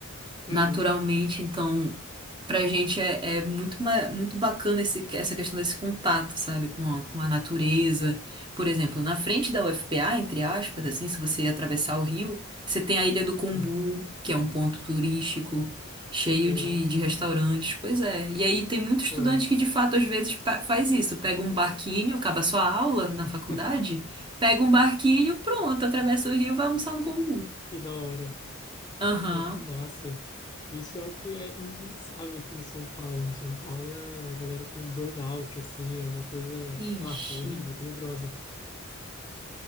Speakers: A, on the right; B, on the left.
A: naturalmente.
B: uhum.
A: Então, pra gente é, é muito, ma- muito bacana esse, essa questão desse contato, sabe, com a, com a natureza. Por exemplo, na frente da UFPA, entre aspas, assim, se você atravessar o rio, você tem a Ilha do Combu,
B: Uhum.
A: que é um ponto turístico. Cheio
B: Que Legal.
A: de, de restaurantes, pois é. E aí tem muito estudante
B: Aham.
A: que de fato às vezes pa- faz isso, pega um barquinho, acaba sua aula na
B: <laughs>
A: faculdade, pega um barquinho, pronto, atravessa o rio, vai almoçar no Combu.
B: Que da hora.
A: Aham.
B: Pô, que massa. Isso é o que é impensável aqui em São Paulo. Em São Paulo, é a galera com burnout, assim, é uma coisa,
A: Ixi.
B: ah, é horrível, é tenebrosa.